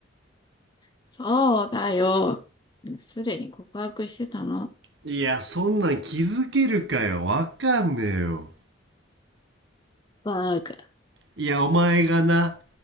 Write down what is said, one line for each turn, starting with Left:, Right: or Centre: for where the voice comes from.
Left: そうだよ。すでに告白してたの。
Right: いや、そんなん気づけるかよ。わかんねえよ。
Left: バーカ。
Right: いや、お前がな、